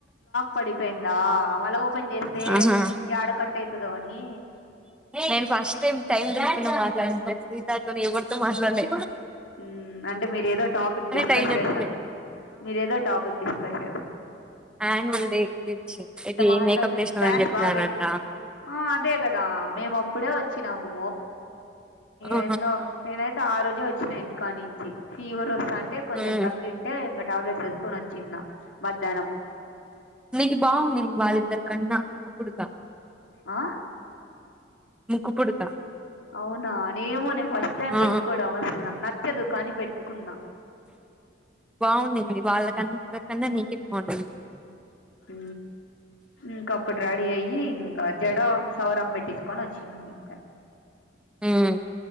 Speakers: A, on the left; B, in the centre.
A: పడిపెందా ఆ మళ్ళ ఓపెన్ జేస్తే
B: ఆహా
A: యాడ కట్ అయితదో అని
B: నేన్ ఫస్ట్ టైమ్ టైమ్ చూడకుండా మాట్లాడింత్ సీతాతోనే ఎవర్ తో మాట్లలే
A: ఊమ్ అంటే మీరు ఏదో టాపిక్ డిస్కస్
B: టైం చెప్పింది
A: చేసా మీరేదో టాపిక్ డిస్కస్ చేస
B: యాన్ వల్ డే గుచ్చి ఇది
A: మాట్లాడత
B: మేకప్ ఎస్ నర్
A: డ్యాన్స్
B: అని జేప్పినారంట
A: బాగా ఆ అదే గదా మేమ్ అప్ ఇప్పుడే వచ్చినాము
B: ఆ
A: ఏందో నేనైతే ఆరోజే వ ఇంటి కా నుంచి ఫీవర్ వస్తాంటే కొంచెం
B: హ్మ్.
A: తగ్గితే ఇంగ టాబ్లెట్స్ వేసుకొని ఒచిన్న మధ్యాహ్నం
B: నీకు బాగుండింది వాళ్ళిద్దరి కన్నా కుక్కుడు కా
A: ఆ
B: ముక్కు పుడుక
A: అవునా నేమో నేను ఫస్ట్ టైం
B: ఆ
A: పెట్టుకోవడం అసలు నాకు నచ్చదు కానీ పెట్టుకున్న
B: బాగుండంది వాళ్ళకన్నా ఇరికన్నా నీకే బాగుండది
A: ఊ ఇంకా అప్పుడు రెడీ అయ్యి ఇంకా జడ సౌరం పెట్టించుకొని వచ్చినా ఇంక
B: ఉమ్